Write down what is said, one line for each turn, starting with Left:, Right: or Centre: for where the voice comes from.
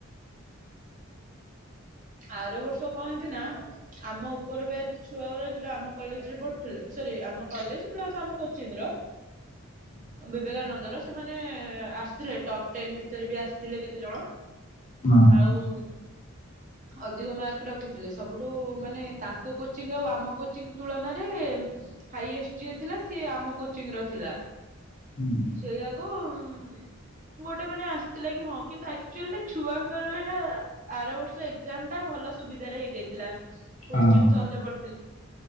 Right: ଆର ବର୍ଷ କଣ ହେଇଛି ନା ଆମ ଉପର ବ୍ୟାଚ ଛୁଆ ଗୁଡା ଯୋଉ ଗୁଡା ଆମ କଲେଜ୍ ରେ ପଢ଼ୁଥିଲେ ସରୀ ଆମ କଲେଜ୍ ପ୍ଲସ ଆମ କୋଚିଙ୍ଗ ର ବିବେକାନନ୍ଦର ସେମାନେ ମାନେ ଆସିଥିଲେ ଟପ୍ ଟେନ୍ ଭିତରେ ବି ଆସିଥିଲେ କେତେ ଜଣ।
Left: ହଁ
Right: ଆଉ ଅଧିକ ମାର୍କ ରଖିଥିଲେ ସବୁଠୁ ମାନେ ତାଙ୍କ କୋଚିଂ ଆଉ ଆମ କୋଚିଂ ତୁଳନାରେ ହାଇଏଷ୍ଟ ଯିଏ ଥିଲା ସିଏ ଆମ କୋଚିଂ ର ଥିଲା।
Left: ହୁଁ,
Right: ସେୟାକୁ ଓଙ୍ଗ। ଗୋଟେ ମାନେ ଆସିଥିଲା କି ହଁ କିନ୍ତୁ ଆକ୍ଟୁଲ୍ ରେ ଛୁଆଙ୍କର ଏଟା ଆର ବର୍ଷ ଏକ୍ସାମ୍ ଟା ଭଲ ସୁବିଧାରେ ହେଇଯାଇଥିଲା। କୋଏସ୍‌ଚେନ୍
Left: ହଁ
Right: ସହଜ ପଡ଼ି